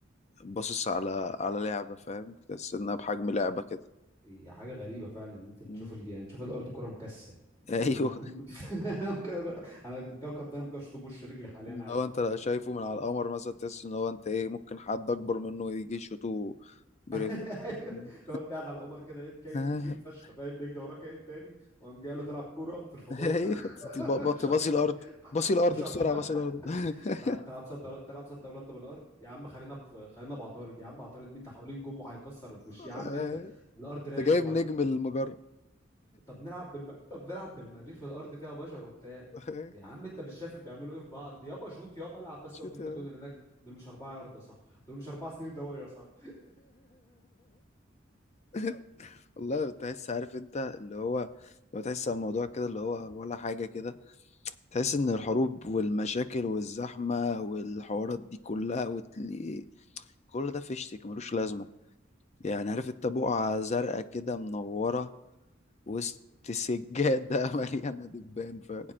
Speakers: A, on the left (about 35°); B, on the left (about 20°).
A: باصص على على لعبه فاهم تحس انها بحجم لعبه كده
B: هي حاجة غريبة فعلا ان انت تشوف
A: مم.
B: ال... يعني تشوف الارض كرة مكسة
A: <laughs> ايوه
B: ان انا ممكن <laughs> ممكن أبقى- انا الكوكب ده انا ممكن اشطب وش رجلي حاليا
A: ان
B: عادي
A: هو انت لو شايفه من على القمر مثلا تحس ان هو انت ايه ممكن حد اكبر منه يجي يشوطه برجله
B: <laughs> أيوة.
A: مم.
B: لو انت قاعد على القمر كده لقيت كائن
A: <laughs>
B: كبير فشخ فاهم بيجري وراه كائن تاني وقام جاي قال له تلعب كوره في الفضاء
A: ايوه
B: <laughs>
A: تدي- ب- ب-
B: مش
A: تباصي
B: هتك-
A: الارض باصي الارض
B: مش
A: بسرعه
B: هطلع
A: باصي الارض <laughs>
B: تلع- تلعب صد رد- تلعب صد ورد بالارض يا عم خلينا في خلينا بعطارد يا عم عطارد مين ده حوالين جم وهيكسر بوش
A: أيوة.
B: يا عم انت الارض رايق
A: انت جايب
B: وبعدين
A: نجم المجره
B: طب نلعب بالم... طب نلعب بالمريخ الارض فيها بشر وبتاع
A: <laughs>
B: يا عم انت مش شايف بيعملوا ايه في بعض يابا شوت يابا العب بس
A: شوت
B: اقف انت
A: يا
B: الجون
A: عم.
B: اللي هناك دول مش اربعه يارده صح دول مش اربع سنين ضوئيه صح
A: <laughs> والله تحس عارف انت اللي هو لو تحس على الموضوع كده اللي هو ولا حاجة كده تحس ان الحروب والمشاكل والزحمة والحوارات دي كلها وتلاقي كل ده فيشتك ملوش لازمة يعني عارف انت بقعة زرقاء كده منورة وسط سجادة <laughs> مليانة دبان ف